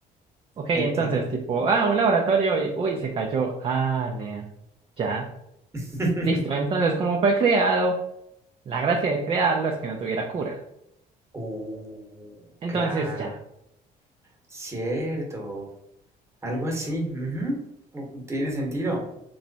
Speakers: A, on the right (about 30°); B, on the right (about 15°).
A: Ok, entonces,
B: entiendo.
A: tipo, ah, un laboratorio y uy, se cayó. Ah, nea. Ya.
B: <laughs>
A: Listo, entonces, como fue creado, la gracia de crearlo es que no tuviera cura.
B: Uh,
A: Entonces,
B: claro.
A: ya.
B: Cierto. Algo así. ujú, u- Tiene sentido.